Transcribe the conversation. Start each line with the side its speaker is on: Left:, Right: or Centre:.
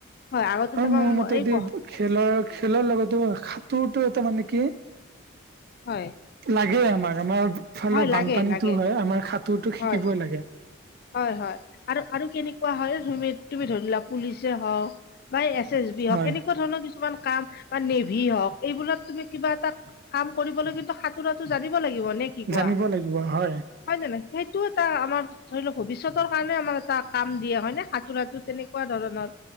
Left: হয় আগতে
Right: আৰু
Left: চাবা
Right: মোৰ মতেদি
Left: এই ক
Right: খেলৰ খেলৰ লগতো সাঁতোৰটো এটা মানে কি
Left: হয়
Right: লাগে আমাক আমাৰ ইফালে
Left: হয়
Right: বানপানীতো
Left: লাগে লাগে
Right: হয় আমাৰ সাঁতোৰতো
Left: হয়
Right: শিকিবই লাগে।
Left: হয় হয় আৰু আৰু কেনেকুৱা হয় তুমি তুমি ধৰি লোৱা পুলিচে হওক বা এছ এছ বি হওক
Right: হয়।
Left: এনেকুৱা ধৰণৰ কিছুমান কাম বা নেভি হওক এইবিলাক তুমি কিবা এটা কাম কৰিবলৈ কিন্তু সাঁতোৰাটো জানিব লাগিব নে কি কোৱা
Right: জানিব লাগিব হয়
Left: হয় নহয়, সেইটো এটা আমাৰ ধৰি লওঁক ভৱিষ্যতৰ কাৰণে আমাৰ এটা কাম দিয়া হয় নে সাঁতোৰটো তেনেকুৱা ধৰণৰ